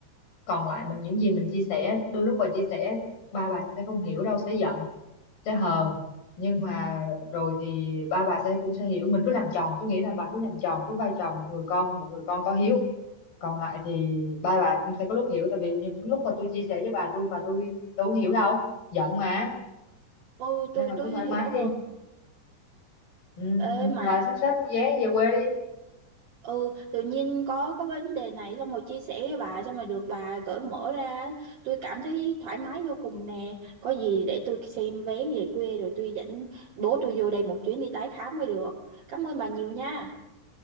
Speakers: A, on the left; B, on the right.
A: còn lại mình những gì mình chia sẻ đôi lúc bà chia sẻ ba bà sẽ không hiểu đâu sẽ giận sẽ hờn nhưng mà rồi thì ba bà sẽ cũng sẽ hiểu mình cứ làm tròn tôi nghĩ là bà cứ làm tròn với vai trò một người con một người con có hiếu còn lại thì ba bà cũng sẽ có lúc hiểu tại vì những lúc mà tôi chia sẻ với bà tôi bà tôi tôi không hiểu đâu giận mà
B: ừ tôi
A: nên bà
B: tôi
A: cứ
B: hiểu
A: thoải mái đi
B: rồi
A: ừ,
B: Ê
A: ừ,
B: mà
A: bà sắp xếp mua vé về quê đi
B: ừ tự nhiên có có vấn đề này xong rồi chia sẻ với bà xong rồi được bà gởi mở ra tôi cảm thấy thoải mái vô cùng nè có gì để tôi xem vé về quê rồi tôi dẫn bố tôi vô đây một chuyến đi tái khám mới được cảm ơn bà nhiều nha